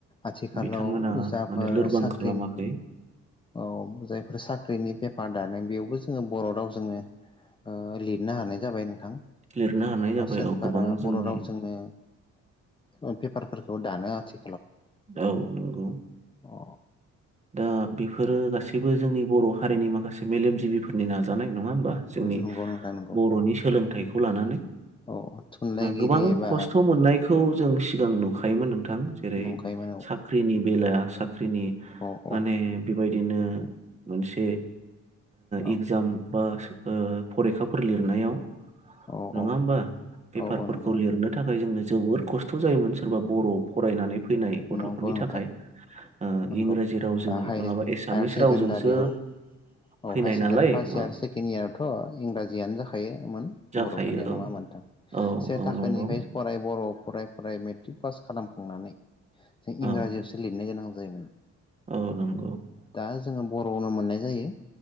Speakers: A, on the left; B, on the right.
A: आथिखालाव
B: बिथांमोना
A: जाफोर
B: माने लोरबां
A: साख
B: खालामाखै
A: औ जायफोरा साख्रिनि पेपार दानो बेयावबो जोङो बर' रावजोंनो ओ लिरनो हानाय जाबाय नोंथां।
B: लिरनो हानाय जाबाय
A: ओ सोरखारा
B: औ गोबां जोंनि
A: बर' रावजोंनो ओ पेपारफोर औ दानो आथि
B: औ नंगौ।
A: अ
B: दा बेफोरो गासैबो जोंनि बर' हारिनि माखासे मेलेमजिबिफोरनि नाजानाय। नङा होमबा जोंनि
A: नंगौ नोंथां नंगौ
B: बर'नि सोलोंथाइखौ खौ लानानै
A: औ थुनलाइगिरि
B: गोबां
A: एबा
B: खस्थ' मोननायखौ जों सिगां नुखा थायोमोन थां जेरै
A: नंखायोमोन औ
B: साख्रिनि बेलाया साख ख्रिनि
A: औ
B: माने बेबाय बिदिनो मोनसे
A: औ
B: एगजाम बा फरिखाफोर लिरनायाव
A: औ
B: नङा होमबा पेपारफोरखौ
A: औ औ नंगौ नोंथां
B: लिरनो थाखाय जोंनो जोबोर खस्थ' जायोमोन। सोरबा बर' फरायनानै फैनाय गथ'फोरनि
A: नंगौ नोंथां
B: थाखाय ओ
A: नंगौ
B: इंराजि
A: दा
B: रावजों
A: हाय
B: नङाबा एसामिस
A: हायार सेकेण्डारियाव
B: रावजोंसो
A: औ
B: फैनाय
A: हायार सेकेण्डारि
B: नालाय
A: फार्स्ट इयार
B: औ,
A: सेकेणड इयारथ' इंराजियानो जाखायोमोन
B: जाखायो
A: बर'फोरनिया नङा होनबा नोंथांम
B: औ
A: से
B: औ
A: थाखोनिफ्राय
B: नंगौ
A: फराय बर' फराय फराय मेट्रिक पास खालामखांनानै इंराजिआवसो
B: औ
A: लिरनो गोनां जायोमोन।
B: औ नंगौ
A: दा जोङो बर'आवनो मोननाय जायो।